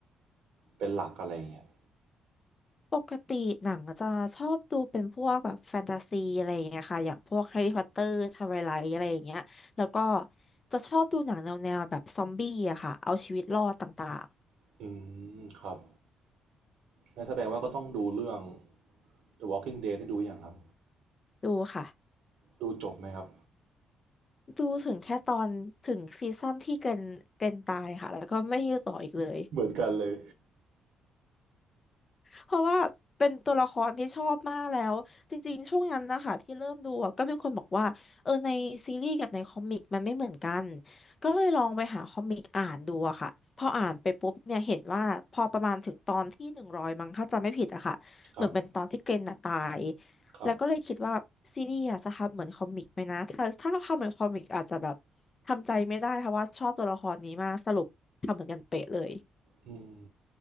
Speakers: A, on the right (about 80°); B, on the left (about 35°).
A: เป็นหลักอะไรอย่างเงี้ย
B: ปกติหนังจะชอบดูเป็นพวกแบบแฟนตาซีอะไรอย่างเงี้ยค่ะอย่างพวกแฮร์รี่พอตเตอร์ทไวไลท์อะไรอย่างเงี้ยแล้วก็จะชอบดูหนังแนวแนวแบบซอมบี้อะค่ะเอาชีวิตรอดต่าง
A: อืมครับ งันแสดงว่าก็ต้องดูเรื่อง The Walking Dead นี่ดูยังครับ
B: ๆดูค่ะ
A: ดูจบไหมครับ
B: ดูถึงแค่ตอนถึงซีซั่นที่เกรนเกรนตายค่ะแล้วก็ไม่ยืดต่ออีกเลย
A: เหมือนกันเลย
B: เพราะว่าเป็นตัวละครที่ชอบมากแล้วจริงๆ ช่วงนั้นนะคะที่เริ่มดูอะก็มีคนบอกว่าเออในซีรีส์กับในคอมิกมันไม่เหมือนกันก็เลยลองไปหาคอมิกอ่านดูอะค่ะพออ่านไปปุ๊บเนี่ยเห็นว่าพอประมาณถึงตอนที่หนึ่งร้อยมั้งถ้าจำไม่ผิดอะค่ะเหมือนเป็นตอนที่เกรนน่ะตาย
A: ครับ ครับ
B: แล้วก็เลยคิดว่าซีรีส์อะจะทำเหมือนคอมิกไหมนะถ้าถ้าทำเหมือนคอมิกอาจจะแบบทำใจไม่ได้เพราะว่าชอบตัวละครนี้มากสรุปทำเหมือนกันเป๊ะเลย
A: อืม